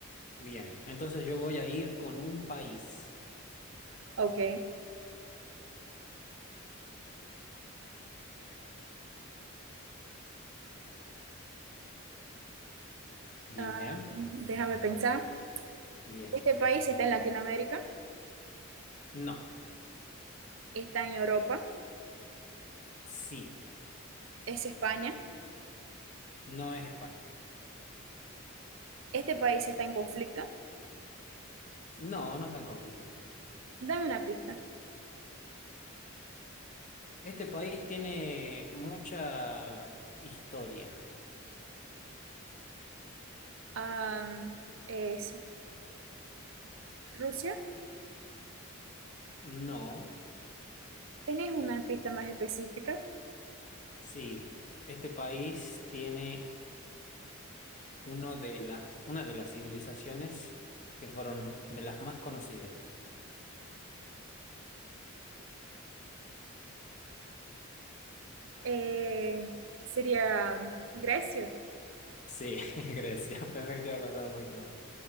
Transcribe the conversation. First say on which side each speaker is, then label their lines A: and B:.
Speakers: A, on the left (about 35°); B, on the right (about 65°).
A: Bien, entonces yo voy a ir con un país.
B: ok.
A: Bien,
B: Ah, déjame pensar.
A: bien.
B: Este país está en Latinoamérica.
A: No,
B: está en Europa,
A: sí,
B: es España,
A: no es España.
B: este país está en conflicto.
A: No, no está en conflicto.
B: Dame una pista.
A: Este país tiene mucha historia.
B: Am, es Rusia.
A: No,
B: ¿Tenés una pista más específica?
A: sí. Este país tiene uno de las, una de las civilizaciones que fueron de las más conocidas.
B: Eh, sería Grecia.
A: Sí, <laughs> Grecia. Pensé que te iba a costar un poquito más.